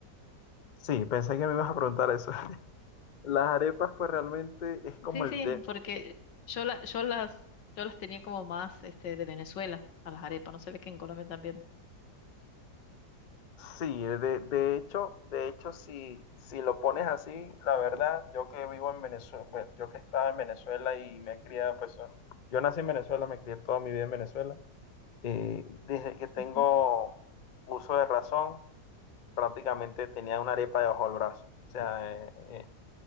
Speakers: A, on the left (about 65°); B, on the left (about 80°).
A: Sí, pensé que me ibas a preguntar eso. <laughs> Las arepas pues realmente es como
B: Sí,
A: el
B: sí,
A: té.
B: porque yo, la, yo las, yo las tenía como más este, de Venezuela, a las arepas, no se ve que en Colombia también.
A: Sí, de, de hecho, de hecho, si, si lo pones así, la verdad, yo que vivo en Venezuela, bueno, yo que estaba en Venezuela y me he criado, pues, yo nací en Venezuela, me crié toda mi vida en Venezuela. eh, desde que tengo
B: Ujú.
A: uso de razón, prácticamente tenía una arepa debajo del brazo. O sea, eh, eh,